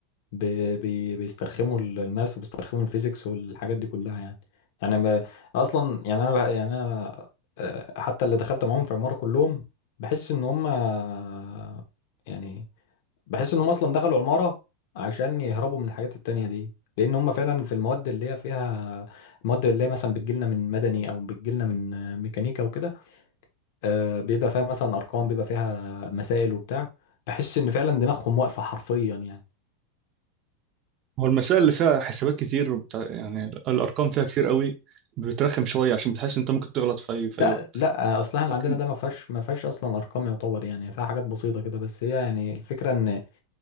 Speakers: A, on the left (about 60°); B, on the right (about 35°).
A: بي بي- بيسترخموا ال- الماث وبيسترخموا الفيزيكس والحاجات دي كلها يعني يعني ما اصلا يعني انا بح- يعني انا آه، حتى اللي دخلت معاهم في عمارة كلهم بحس ان هم آه، يعني بحس ان هم اصلا دخلوا عمارة عشان يهربوا من الحاجات التانية دي لان هم فعلا في المواد اللي هي فيها المواد اللي هي مثلا بتجيلنا من مدني او بتجيلنا من آه، ميكانيكا وكده آه، بيبقى فيها مثلا ارقام بيبقى فيها مسائل وبتاع بحس ان فعلا دماغهم واقفة حرفيا يعني
B: هو المسائل اللي فيها حسابات كتير وبتاع يعني الأرقام فيها كتير أوي بترخم شوية عشان بتحس إن أنت ممكن تغلط في أي في أي
A: لا
B: وقت
A: لا اصلا اللي
B: لكن
A: عندنا ده ما فيهاش ما فيهاش اصلا ارقام يعتبر يعني فيها حاجات بسيطه كده بس هي يعني الفكره ان